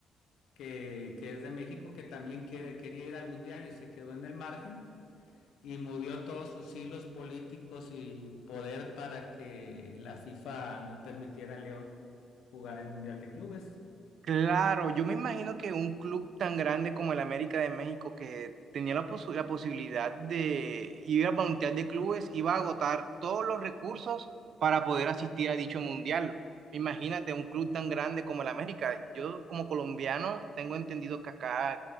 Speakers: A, on the left (about 75°); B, on the right (about 60°).
A: que, que es de México, que también quiere, quería ir al Mundial y se quedó en el margen y movió todos sus hilos políticos y poder para que la FIFA no permitiera a León jugar el Mundial de Clubes.
B: Claro, yo me imagino que un club tan grande como el América de México que tenía la, posu- la posibilidad de ir al Mundial de Clubes iba a agotar todos los recursos para poder asistir a dicho Mundial. Imagínate un club tan grande como el América. Yo como colombiano tengo entendido que acá,